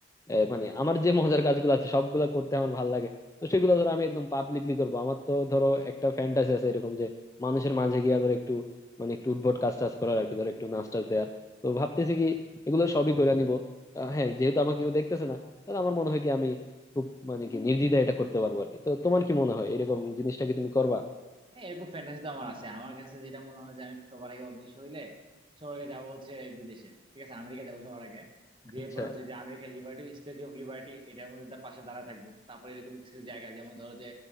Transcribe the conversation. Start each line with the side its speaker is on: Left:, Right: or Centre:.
Left: আহ, মানে আমার যে মজার কাজগুলো আছে সবগুলা করতে আমার ভালো লাগে তো সেগুলো ধরো আমি একদম পাবলিকলি করবো আমার তো ধরো একটা ফ্যান্টাসি আছে এরকম যে মানুষের মাঝে গিয়া ধরো একটু মানে একটু উদ্ভট কাজ টাজ করার আর কি ধরো একটু নাচ টাচ দেওয়ার তো ভাবতেছি কি এগুলো সবই করে নিবো আহ, হ্যাঁ যেহেতু আমাকে কেউ দেখতেছে না তাহলে আমার মনে হয় কি আমি খুব মানে কি নির্দ্বিধায় এটা করতে পারবো আর কি তো তোমার কি মনে হয় এরকম জিনিসটা কি তুমি করবা
Right: হ্যাঁ এরকম ফ্যান্টাসি তো আমার আছে আমার কাছে যেটা মনে হয় যে আমি সবার আগে অদৃশ্য হইলে সবার আগে যাবো হচ্ছে বিদেশে ঠিক আছে আমেরিকা যাবো সবার আগে যে
Left: আচ্ছা
Right: পরে হচ্ছে যে আমেরিকার লিবার্টি স্ট্যাচু অফ লিবার্টি এটার মধ্যে দা- পাশে দাঁড়া থাকবো তারপরে এরকম কিছু কিছু জায়গা যেমন ধরো যে